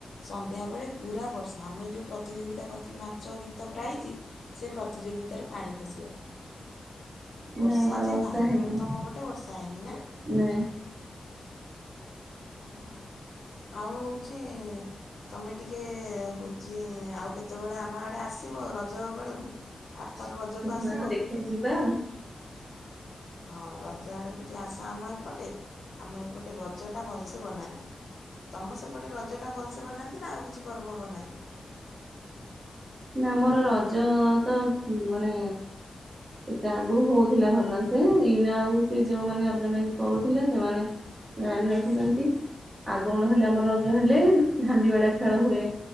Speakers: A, on the left (about 70°); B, on the right (about 35°).
A: ସନ୍ଧ୍ୟା ବେଳେ ପୁରା ବର୍ଷା। ଆମେ ଯୋଉ ପ୍ରତିଯୋଗିତା କରିଥିଲୁ ନା ଚ ଗୀତ ପ୍ରାଇଜି ସେ ପ୍ରତିଯୋଗିତାରେ ପାଣି ଫସିଗଲା। ବର୍ଷା
B: ନା ଆମର
A: ଯେ କାହିଁରେ
B: ହେଇନି
A: କଣ, ତମ ପଟେ ବର୍ଷା ହେଇନି ନା?
B: ନାଇଁ।
A: ଓହୋ ଆଉ ହଉଛି ତମେ ଟିକେ ହଉଛି ଆଉ କେତେବେଳେ ଆମ ଆଡେ ଆସିବ ରଜ ବେଳକୁ? ଆରଥର
B: <unintelligible>
A: ରଜକୁ ଆସିବ
B: ଦେଖିବା ଯିବା ଆଉ।
A: ହଁ ରଜା ଆଡକୁ ଟିକେ ଆସ ଆମ ଏପଟେ ଆମ ଏପଟେ ରଜ ଟା ଭଲସ ସେ ବନାନ୍ତି। ତମ ସେପଟେ ରଜ ଟା ଭଲ ବନାନ୍ତି ନା ଆଉ କିଛି ପର୍ବ ବନାନ୍ତି?
B: ନା ଆମର ରଜ ତ ମାନେ ଏତେ ଆଗରୁ ହଉଥିଲା
A: ମାନେ
B: ଭଲ
A: ଆଗରୁ ହଉଥିଲା
B: ସେ
A: ଭଲସେ
B: ଏଇନା ଆଉ ସେ ଯୋଉମାନେ
A: ଆଉ ସେ
B: ଅର୍ଗାନାଇଜ
A: ଯୋଉମାନେ
B: କରୁଥିଲେ ସେମାନେ
A: ଆପଣମାନେ କହୁଥିଲେ
B: ନାଁରେ ରହିନାହାନ୍ତି ଆଗ ନ ହେଲେ
A: ସେମାନେ
B: ଆମର ରଜ
A: ଜାଣିନଥାନ୍ତି
B: ହେଲେ
A: ଆଗ ହେଲା
B: ହାଣ୍ଡି ବାଡ଼ା ଖେଳ
A: ଆମର
B: ହୁଏ।